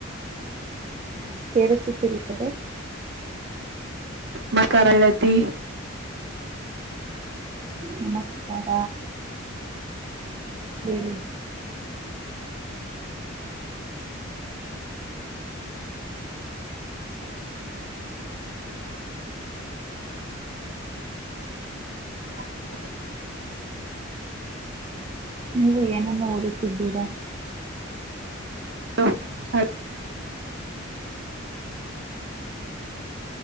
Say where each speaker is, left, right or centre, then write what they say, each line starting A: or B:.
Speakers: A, on the right; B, on the right.
A: ಕೇಳಿಸುತ್ತಿಲ್ಲದೆ
B: ಮ ಕರಳತಿ
A: ನಮಸ್ಕಾರ ಹ್ಮನು
B: ಹ
A: ನೀವು ಏನನ್ನು ಓದುತ್ತಿದ್ದೀರಾ
B: ಹಲ ಹಲ್